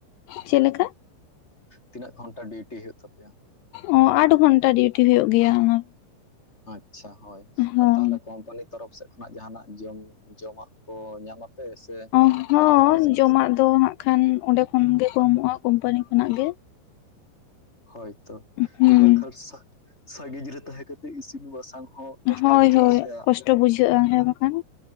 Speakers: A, on the left; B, on the left.
A: ᱪᱮᱜ ᱞᱮᱠᱟ?
B: ᱛᱤᱱᱟᱹᱜ ᱜᱷᱚᱱᱴᱟ ᱰᱤᱩᱴᱤ ᱦᱩᱭᱩᱜ ᱛᱟᱯᱮᱭᱟ?
A: ᱚ ᱟᱴ ᱜᱷᱚᱱᱴᱟ ᱰᱤᱩᱴᱤ ᱦᱩᱭᱩᱜ ᱜᱮᱭᱟ ᱚᱱᱟ᱾
B: ᱟᱪᱪᱷᱟ ᱦᱳᱭ
A: ᱦᱚᱸ᱾
B: ᱟᱨ ᱛᱟᱦᱚᱞᱮ ᱠᱳᱢᱯᱟᱱᱤ ᱛᱚᱨᱚᱯᱷ ᱥᱮᱫ ᱠᱷᱚᱱᱟᱜ ᱡᱟᱦᱟᱱᱟᱜ ᱡᱚᱢ ᱡᱚᱢᱟᱜ ᱠᱚ ᱧᱟᱢᱟᱯᱮ ᱥᱮ
A: ᱚ ᱦᱮᱸ
B: ᱟᱯᱮ ᱛᱮᱜᱮ ᱯᱮ ᱤᱥᱤᱱ
A: ᱡᱚᱢᱟᱜ
B: ᱵᱟᱥᱟᱝ
A: ᱫᱚ ᱦᱟᱸᱜ ᱠᱷᱟᱱ ᱚᱸᱰᱮ ᱠᱷᱚᱱ ᱜᱮᱠᱚ ᱮᱢᱚᱜ-ᱟ ᱠᱳᱢᱯᱟᱱᱤ ᱠᱷᱚᱱᱟᱜ ᱜᱮ᱾
B: ᱦᱚᱭ ᱛᱚ
A: ᱦᱩᱸ
B: ᱵᱟᱠᱷᱟᱱ ᱥᱟ-ᱥᱟᱺᱜᱤᱧ ᱨᱮ ᱛᱟᱦᱮᱸ ᱠᱟᱛᱮᱜ ᱤᱥᱤᱱ ᱵᱟᱥᱟᱝ ᱦᱚᱸ ᱠᱚᱥᱴᱚ
A: ᱦᱳᱭ
B: ᱵᱩᱡᱷᱟᱹᱜᱼᱟ
A: ᱦᱳᱭ
B: ᱥᱮ
A: ᱠᱚᱥᱴᱚ ᱵᱩᱡᱷᱟᱹᱜ-ᱟ ᱦᱮᱸ ᱵᱟᱠᱷᱟᱱ᱾